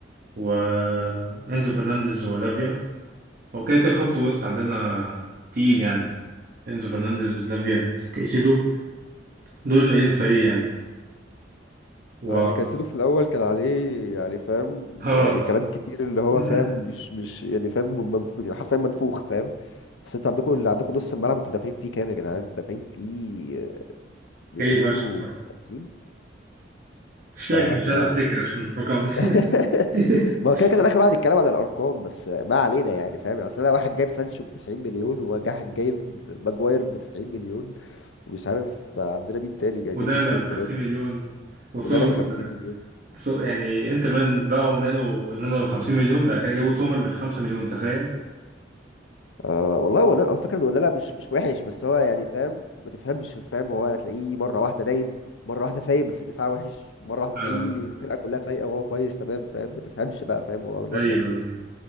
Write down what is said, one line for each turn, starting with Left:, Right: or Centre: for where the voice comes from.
Right: وانزو فرنانديز ولافيا هو كده كده خط وسط عندنا تقيل يعني انزو فرنانديز لافيا كايسيدو دول شايلين فريق يعني و
Left: اللي كايسيدو في الاول كان عليه يعني فاهم
Right: اه
Left: يعني كلام كتير اللي هو
Right: <laughs>
Left: فاهم مش مش يعني فاهم منف- يعني حرفيا منفوخ فاهم بس انتوا عندكم اللي عندكم نص الملعب انتوا دافعين فيه كام يا جدعان انتوا دافعين فيه 250
Right: جالي فشخ بصراحة مش فاكر
Left: ف
Right: مش
Left: ف
Right: عايز افتكر عشان رقم
Left: <laughs>
Right: <laughs>
Left: ما هو كده كده داخل واحد يتكلم عن الارقام بس ما علينا يعني فاهم يعني اصل انا واحد جايب سانشو ب 90 مليون وواحد جايب ماجواير ب 90 مليون ومش عارف عندنا مين تاني جايبينه
Right: ونانا
Left: بالشيء
Right: ب
Left: الفلاني
Right: 50 مليون وسومر
Left: ولا انا ب 50 مليون
Right: سو يعني انتر ميلان باعوا نانو نانو ب 50 مليون بعد كده جابوا سومر ب 5 مليون تخيل
Left: آه والله هو ده- على فكرة هو ده لا مش مش وحش بس هو يعني فاهم ما تفهمش فاهم هو هتلاقيه مرة واحدة نايم مرة واحدة فايق بس الدفاع وحش مرة واحدة
Right: فعلا
Left: تلاقيه الفرقة كلها فايقة وهو كويس تمام فاهم ما تفهمش بقى فاهم هو الواد
Right: ايوه
Left: ماله
Right: ايوه